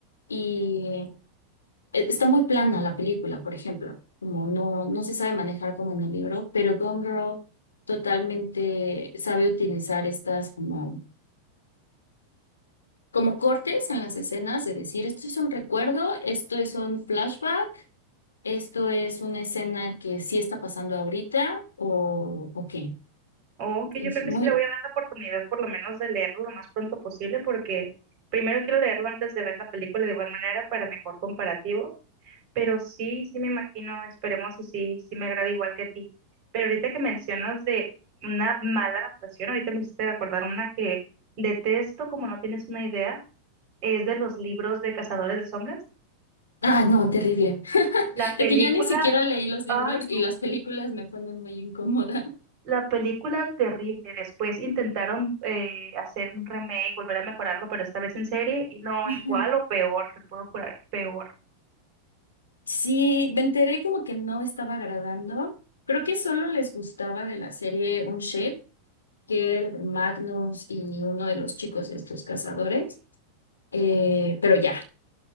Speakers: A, on the left; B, on the right.
A: y eh, está muy plana la película, por ejemplo. Como no, no se sabe manejar como en el libro, pero Gone Girl totalmente sabe utilizar estas como, como cortes en las escenas, de decir, esto es un recuerdo, esto es un flashback, esto es una escena que sí está pasando ahorita o, o qué.
B: Ok,
A: Entonces,
B: yo creo que
A: muy,
B: sí le voy a dar la oportunidad por lo menos de leerlo lo más pronto posible porque primero quiero leerlo antes de ver la película de igual manera para mejor comparativo Pero sí, sí me imagino, esperemos y sí, sí me agrada igual que a ti. Pero ahorita que mencionas de una mala adaptación, ahorita me hiciste acordar una que detesto, como no tienes una idea, es de los libros de Cazadores de Sombras.
A: Ah, no, terrible.
B: La película,
A: De que yo ni siquiera leí los libros
B: ay no,
A: y las películas me ponen muy incómoda.
B: la película terrible. Después intentaron eh, hacer un remake, volver a mejorarlo, pero esta vez en serie, y no,
A: Ujú.
B: igual o peor, te puedo jurar, peor.
A: Sí, me enteré como que no estaba agradando. Creo que solo les gustaba de la serie Un Shape, que era de Magnus y uno de los chicos estos cazadores. Eh, pero ya,